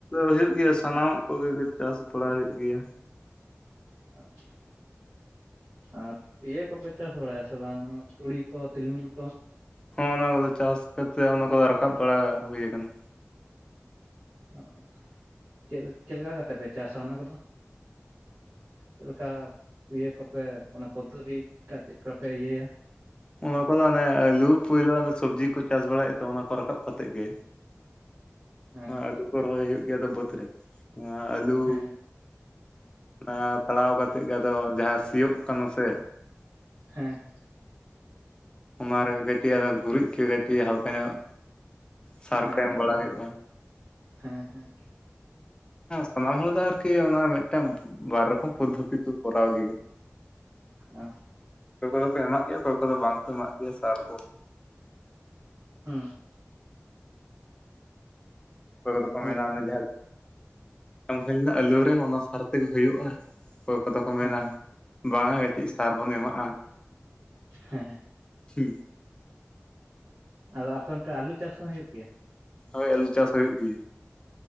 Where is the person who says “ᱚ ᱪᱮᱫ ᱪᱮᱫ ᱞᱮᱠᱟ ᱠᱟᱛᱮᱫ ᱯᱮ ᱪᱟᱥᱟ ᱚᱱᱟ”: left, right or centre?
Right